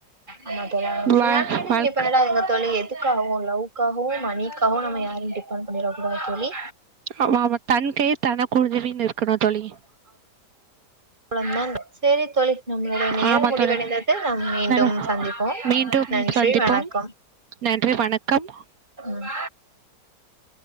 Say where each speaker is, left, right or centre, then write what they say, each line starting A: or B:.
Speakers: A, on the right (about 25°); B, on the right (about 60°).
A: ஆமா தோழி பினான்சியலி
B: வா வாழ்க்
A: இபெண்டா இருங்க தோழி எதுக்காகவு லவ்காகவு மணிக்காகவு நம்ம யாரையு டிபெண்ட் பண்ணிட கூடாது தோழி
B: ஆமா ஆமா தன் கை தனக்குதவினு இருக்கணு தோழி
A: <unintelligible> சேரிங் தோழி நம்ளுடைய நேரம்
B: ஆமா
A: முடிவடைந்தது
B: தோழி
A: நாம் மீண்டும்
B: நன்றி.
A: சந்திப்போம்
B: மீண்டும்
A: நன்றி
B: சந்திப்போம்
A: வணக்கம்
B: நன்றி வணக்கம்
A: ம்